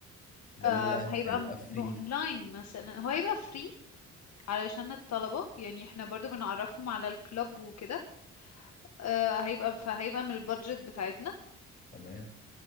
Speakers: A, on the left (about 25°); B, on the left (about 60°).
A: ولا
B: أم، هيبقى
A: هيبقى
B: م-
A: فري
B: ب- اونلاين مثلا هو هيبقى فري علشان الطلبة يعني احنا برضو بنعرفهم على الكلاب وكده آه، هيبقى فهيبقى من البادجت بتاعتنا
A: تمام